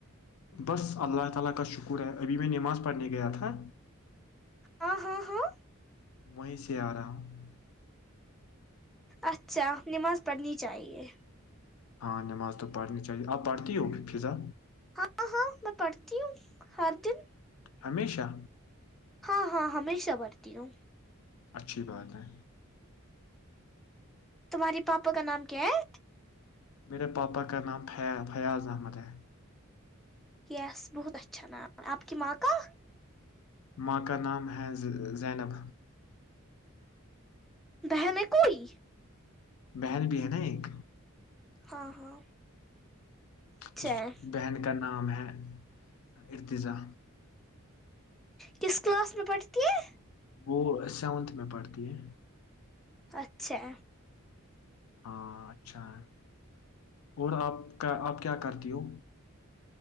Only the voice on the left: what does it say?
بس اللہ تعالی کا شکر ہے ابھی میں نماز پڑھنے گیا تھا
وہیں سے آ رہا ہ
ہاں نماز تو پڑھنی چاہیے آپ پڑھتی ہوگ فضا
ہمیشہ
اچھی بات ہے
میرے پاپا کا نام فیاض احمد ہے
ماکہ نام ہیں زینب
بہن بھی ہے نا ایک
اس
بہن کا نام ہے ارتزا
وہ سیونتھ میں پڑھتی ہے
ہاں اچھا ہے اور آپ کا آپ کیا کرتی ہو